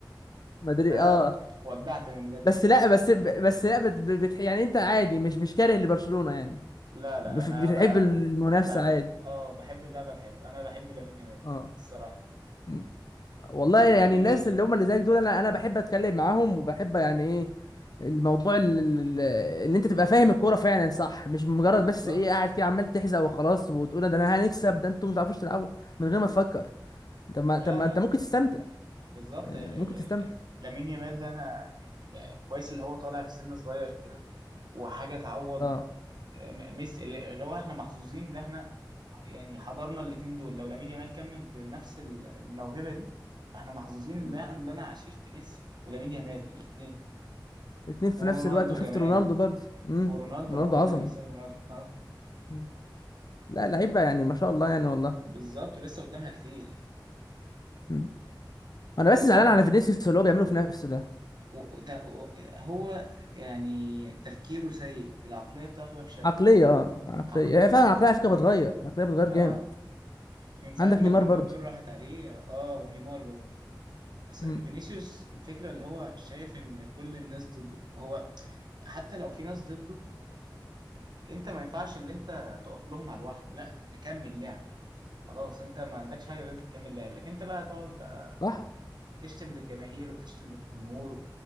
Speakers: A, on the left; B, on the right.
A: مدري
B: انا
A: اه
B: ودعت من بدري
A: بس لا بس بس لا بت... بت... يعني انت عادي مش مش كاره لبرشلونه يعني
B: لا لا
A: بف-
B: انا
A: بتحب
B: بقى
A: المنافسه
B: بقى,
A: عادي
B: بقى اه بحب اللعبه الحلوه انا بحب لامين يامال
A: اه
B: الصراحه
A: م. والله
B: وبحب
A: يعني
B: بدري
A: الناس اللي هم اللي زيك دول انا انا بحب اتكلم معاهم وبحب يعني ايه الموضوع ال- ال- ال- ان انت تبقى فاهم الكوره فعلا صح مش مجرد
B: ما بالظبط
A: بس ايه قاعد كده عمال تحزق وخلاص وتقول ده انا هنكسب ده انتوا مش عارفوش تلعبوا من غير ما تفكر طب ما طب
B: لا
A: ما
B: لا
A: انت ممكن تستمتع
B: بالظبط
A: يعني
B: ال- ال-
A: ممكن تستمتع
B: ال- لامين يامال ده انا يعني كويس اللي هو طالع في سن صغير كده وحاجه تعوض
A: اه
B: ميسي اللي هو احنا محظوظين ان احنا يعني حضرنا الاثنين دول لو لامين يامال كمل بنفس ال- الموهبه دي فاحنا محظوظين ان
A: م.
B: انا اللي أنا عاشرت ميسي ولامين يامال الاثنين
A: الاتنين في
B: ورونالدو
A: نفس الوقت وشفت
B: كمان
A: رونالدو برضه امم
B: ورونالدو
A: رونالدو
B: اه بقول
A: عظمه
B: لك لسه رونالدو اه
A: م. لا لعيبه يعني ما شاء الله يعني والله
B: فبالظبط ولسه قدامها كتير يعني
A: م. انا
B: انت
A: بس زعلان
B: إيه رأ-
A: على فينيسيوس اللي هو بيعمله في نفسه ده
B: و- و- ده و- هو يعني تفكيره سيء العقليه بتاعته وحشه قوي
A: عقليه اه عقليه
B: عقليه
A: يعني فعلا العقليه
B: عقليه
A: على فكره بتغير العقليه بتغير
B: اه
A: جامد
B: من ساعه
A: عندك
B: ما
A: نيمار
B: البالون
A: برضه
B: دور راحت عليه اه ونيمار برضه بس
A: امم
B: فينيسيوس الفكرة اللي هو شايف ان كل الناس ضده هو حتى لو في ناس ضده انت ما ينفعش اللي انت تقف لهم على الواحدة لا انت كمل لعب خلاص انت ما عندكش حاجة غير انت تكمل لعب لكن انت بقى تقعد بقى
A: صح
B: تشتم للجماهير وتشتم للجمهور و...